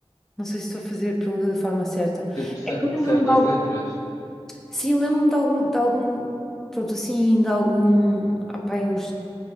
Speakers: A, in the centre; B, on the left (about 35°).
A: Não sei se estou a fazer a pergunta da forma certa.
B: tipo, cer-
A: É que lembro-me
B: certas
A: de algo.
B: letras.
A: Sim, lembro-me de algum, de algum. Pronto, assim, de algum. Ah, pá, aí uns